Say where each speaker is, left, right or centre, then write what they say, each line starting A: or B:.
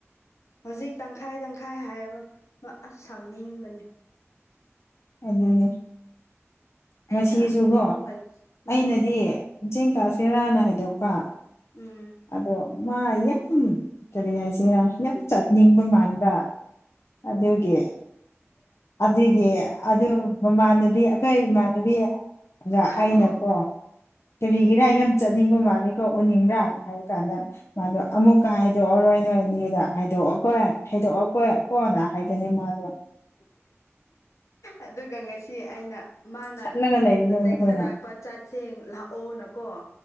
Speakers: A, on the left (about 80°); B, on the left (about 65°).
A: ꯍꯧꯖꯤꯛ ꯇꯪꯈꯥꯏ ꯇꯪꯈꯥꯏ ꯍꯥꯏꯕ ꯑꯁ ꯁꯥꯎꯅꯤꯡꯕꯅꯦ
B: ꯑꯗꯨꯅꯤ
A: ꯑꯩꯅ
B: ꯉꯁꯤꯁꯨꯀꯣ
A: ꯍꯣꯏ ꯎꯝ
B: ꯑꯩꯅꯗꯤ ꯆꯤꯡ ꯀꯥꯁꯦꯔꯥꯅ ꯍꯥꯏꯗꯣꯛꯄ
A: ꯎꯝ
B: ꯑꯗꯣ ꯃꯥ ꯌꯥꯝ ꯀꯔꯤ ꯍꯥꯏꯁꯦꯔꯥ ꯌꯥꯝ ꯆꯠꯅꯤꯡꯕ ꯃꯥꯟꯕ ꯑꯗꯨꯒꯤ ꯑꯗꯨꯒꯤ ꯑꯗꯨ ꯃꯃꯥꯟꯅꯕꯤ ꯑꯩꯈꯣꯏ ꯏꯃꯥꯟꯅꯕꯤ ꯑꯗ
A: ꯑꯣ
B: ꯑꯩꯅꯀꯣ꯫ ꯀꯔꯤꯒꯤꯔ ꯌꯥꯝ ꯆꯠꯅꯤꯡꯕ ꯃꯥꯜꯂꯦꯀꯣ ꯎꯅꯤꯡꯕ꯭ꯔꯥ ꯍꯥꯏꯕ ꯀꯥꯟꯗ ꯃꯥꯗꯣ ꯑꯃꯨꯛꯀ ꯍꯥꯏꯗꯣꯛꯑꯔꯣꯏ ꯅꯣꯏ ꯑꯦꯅꯤꯗ ꯍꯥꯏꯗꯣꯛꯑ ꯍꯣꯏ ꯍꯥꯏꯗꯣꯛꯑꯣ ꯀꯣꯏ ꯀꯣꯅ ꯍꯥꯏꯕꯅꯦ ꯃꯥꯗꯣ꯫
A: ꯑꯗꯨꯒ ꯉꯁꯤ ꯑꯩꯅ꯫ ꯃꯥꯅ
B: ꯆꯠꯂꯒ ꯂꯩꯕꯗꯣ
A: ꯇꯦꯛꯁ
B: ꯑꯩꯈꯣꯏꯅ
A: ꯊꯔꯛꯄ ꯆꯥꯠꯁꯦ ꯂꯥꯛꯑꯣꯅꯀꯣ꯫